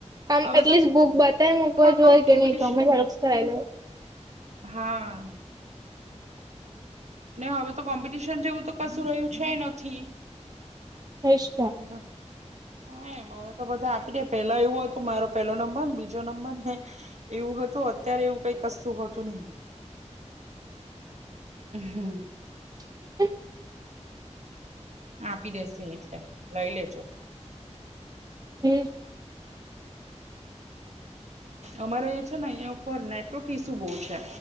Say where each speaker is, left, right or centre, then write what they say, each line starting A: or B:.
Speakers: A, on the right (about 30°); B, on the right (about 65°).
A: આમ
B: હવે
A: એટલીસ્ટ
B: તો
A: બુક બતાય મકવા
B: પણ
A: જોય
B: કોમ્પિટિશન
A: કે ની તમે <unintelligible>
B: હા ને હવે તો કોમ્પિટિશન જેવું તો કશું રહ્યું છે નથી
A: <unintelligible>
B: વાહ હા એમ હવે તો બધા આપડે પેલા એવું હતું મારો પેલો નંબરને બીજો નંબર ને એવું હતું અત્યારે એવું કઈક કસુ હોતું નહી હ હમ
A: <inaudible>
B: આપી દેશે એટલે લઈ લેજો
A: એ
B: અમારે છે ને અઈયા ઉપર નેટવર્ક ઈસુ બોવ છે